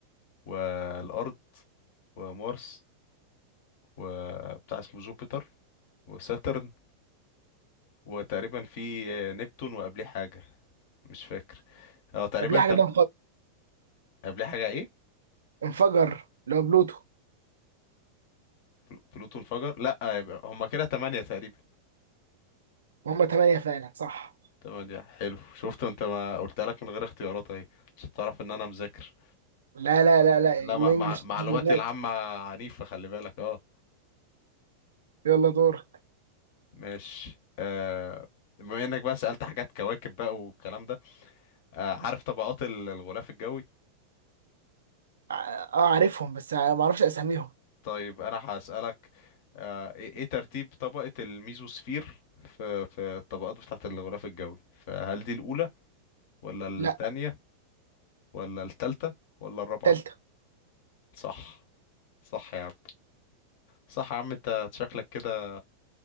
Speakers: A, on the left; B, on the right.
A: والارض ومارس وبتاع اسمه جوبيتر وساترن وتقريبا في آه، نبتون وقبليه حاجة مش فاكر اه تقريبا
B: قبل حاجة
A: تم...
B: ده
A: قبليه حاجة ايه
B: انفجر اللي هو بلوتو
A: بلو- بلوتو انفجر لا يبقى هما كده تمانية تقريبا
B: وهم تمانية فعلا صح
A: تمانية حلو شفت انت ما قلت لك من غير اختيارات اهي عشان تعرف ان انا مذاكر
B: لا لا لا لا
A: لا مع...
B: وانجلش
A: مع... معلوماتي
B: اللي فات
A: العامة عنيفة خلي بالك اه
B: يلا دور
A: ماشي آه... بما انك بقى سألت حاجات كواكب بقى والكلام ده آه... عارف طبقات ال- الغلاف الجوي
B: اه آه، عارفهم بس آه، ما اعرفش اساميهم
A: طيب انا هسألك آه... ايه ايه ترتيب طبقة الميزوسفير في في الطبقات بتاعة الغلاف الجوي فهل دي الأولى ولا التانية
B: لا
A: ولا التالتة ولا الرابعة
B: تالتة
A: صح صح يا عم صح يا عم انت شكلك كده